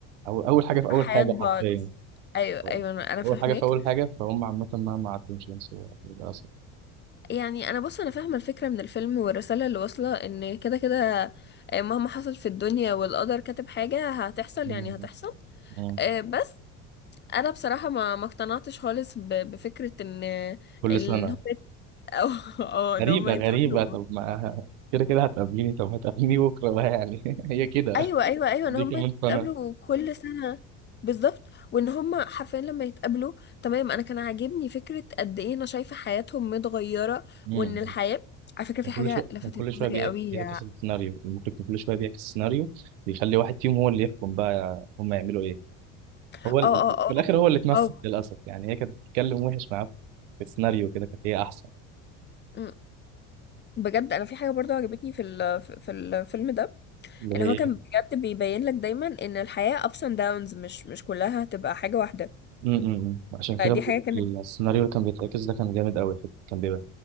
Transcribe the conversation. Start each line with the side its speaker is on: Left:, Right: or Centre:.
Right: أو اول حاجه في اول
Left: في حياة
Right: حاجه
Left: بعض
Right: حرفيا
Left: أيوة أيوة
Right: ف-
Left: أنا أنا فاهماك
Right: اول حاجه في اول حاجه فهم عامه مهما عدوا مش هينسوا للاسف
Left: يعني أنا بص أنا فاهمة الفكرة من الفيلم والرسالة اللي واصلة إن كده كده آه، مهما حصل في الدنيا والقدر كاتب حاجة هتحصل
Right: مم.
Left: يعني هتحصل
Right: مم.
Left: آه، بس انا بصراحه ما ما اقتنعتش خالص ب... بفكره ان
Right: كل
Left: ان
Right: سنه
Left: هم يت- <laughs> أو... اه ان
Right: غريبه
Left: هم يتقابلوا
Right: غريبه طب ما <laughs> كده كده هتقابليني طب هتقابليني بكره بقى يعني <laughs> هي كده
Left: ايوه ايوه ايوه
Right: دي
Left: ان هم
Right: كمان
Left: يتقابلوا
Right: سنه
Left: كل سنه بالظبط وان هم حرفيا لما يتقابلوا تمام انا كان عاجبني فكره قد ايه انا شايفه حياتهم متغيره
Right: مم.
Left: وان الحياه على فكره
Right: كان
Left: في
Right: كل
Left: حاجه
Right: شويه
Left: لفتت
Right: كان كل شويه
Left: نظري
Right: بيع-
Left: قوي
Right: بيعكس
Left: اه
Right: السيناريو المخرج كان كل شويه بيعكس السيناريو بيخلي واحد فيهم هو اللي يحكم بقى هم يعملوا ايه هو
Left: اه
Right: ال-
Left: اه
Right: في الاخر هو اللي اتمسك
Left: اه
Right: للاسف يعني هي كانت بتتكلم وحش معاه في السيناريو كده كانت هي احسن
Left: أمم. بجد انا في حاجه برضو عجبتني في ال... في الفيلم ده
Right: اللي
Left: ان هو كان
Right: هي
Left: بجد بيبين لك دايما ان الحياه ups and downs مش مش كلها هتبقى حاجه واحده
Right: م- م- م. عشان كده
Left: فدي
Right: بقول
Left: حاجة كانت
Right: لك السيناريو اللي كان بيتعكس ده كان جامد قوي كان بيبقى